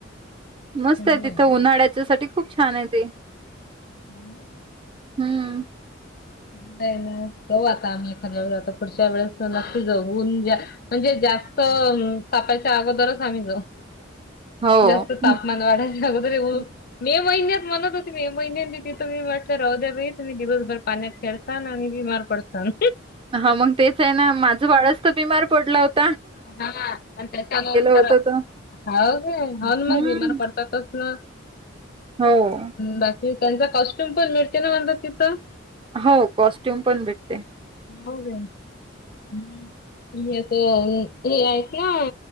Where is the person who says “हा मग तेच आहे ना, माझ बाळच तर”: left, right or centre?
Right